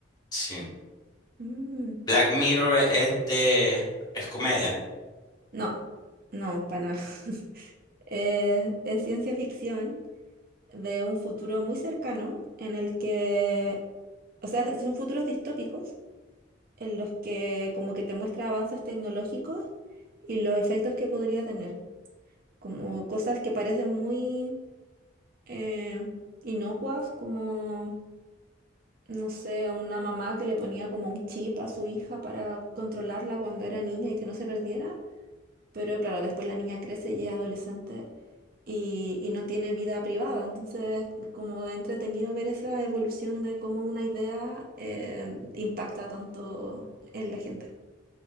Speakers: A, on the left; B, on the right.
A: Sí.
B: Mm,
A: Black Mirror es de... es comedia.
B: No, no, para nada. <laughs> Eh, es ciencia ficción de un futuro muy cercano en el que, o sea, son futuros distópicos en los que como que te muestra avances tecnológicos y los efectos que podría tener, como cosas que parecen muy eh, inocuas, como, no sé, una mamá que le ponía como un chip a su hija para controlarla cuando era niña y que no se perdiera, pero claro, después la niña crece y es adolescente. y, y no tiene vida privada. Entonces, como entretenido ver esa evolución de cómo una idea eh, impacta tanto en la gente.